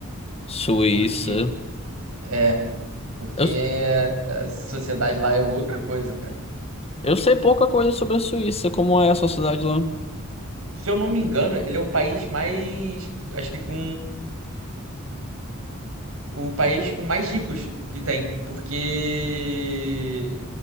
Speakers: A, on the left; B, on the right.
A: Suíça.
B: Porque, E- é, porque
A: Eu,
B: a sociedade lá é outra coisa, cara.
A: eu sei pouca coisa sobre a Suíça, como é a sociedade lá.
B: Se eu não me engano, ele é o país mais, acho que com o país com mais ricos que tem, porque